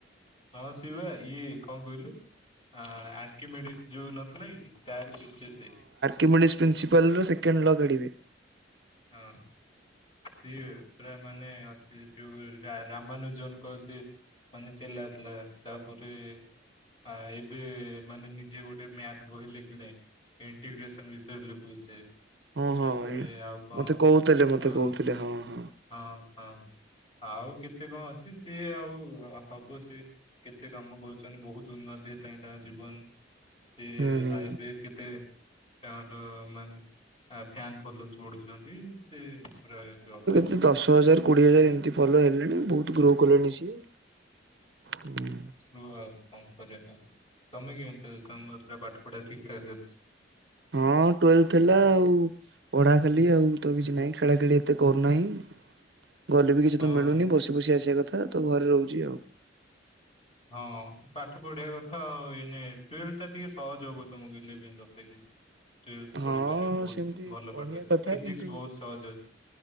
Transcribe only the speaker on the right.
କିମଣିସ୍ ପ୍ରିନ୍ସିପାଲ୍ର ସେକେଣ୍ଡ ଲ କା଼ଢ଼ିବେ।
ହଁ ହଁ
ମତେ କହୁଥିଲେ ମତେ
କହୁଥିଲେ ହଁ ହଁ।
ହୁଁ ହୁଁ।
ଏ ଦଶ ହଜାର କୋଡିଏ ହଜାର ଏମିତି ଫଲୋ ହେଲେଣି ବହୁତ ଗ୍ରୋ କଲେଣି ସିଏ ହୁଁ
ହଁ ଟୁଏଲଭ ଥିଲା ଆଉ ପଢା ଖାଲି ଆଉ ତ କିଛି ନାହିଁ ଖେଳା ଖେଳି ଏତେ କରୁନାହିଁ ଗଲେ ବି କିଛି
ତ ମିଳୁନି ବସି ବସି ଆସିବା କଥା ତ ଘରେ ରହୁଛି ଆଉ।
ହଁ
ସେମିତି
କହିବା
କଥା
କିନ୍ତୁ